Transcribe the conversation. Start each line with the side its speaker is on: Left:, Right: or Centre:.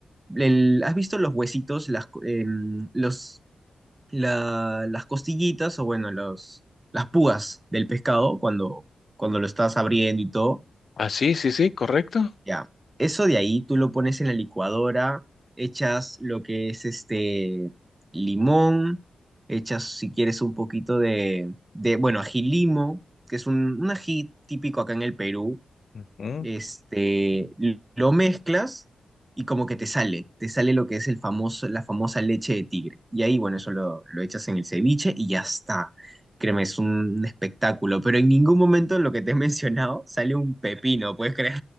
Right: el- ¿has visto los huesitos, las, co- em, los, la- las costillitas o bueno, los, las púas del pescado cuando, cuando lo estás abriendo y todo?
Left: Ah, sí, sí, sí, correcto.
Right: Ya, eso de ahí tú lo pones en la licuadora, echas lo que es este limón, echas si quieres un poquito de, de bueno, ají limo, que es un, un ají típico acá en el Perú,
Left: Ujú.
Right: este, l- lo mezclas y como que te sale, te sale lo que es el famoso, la famosa leche de tigre. Y ahí, bueno, eso lo, lo echas en el ceviche y ya está. Créeme, es un espectáculo, pero en ningún momento lo que te he mencionado sale un pepino, ¿puedes creer?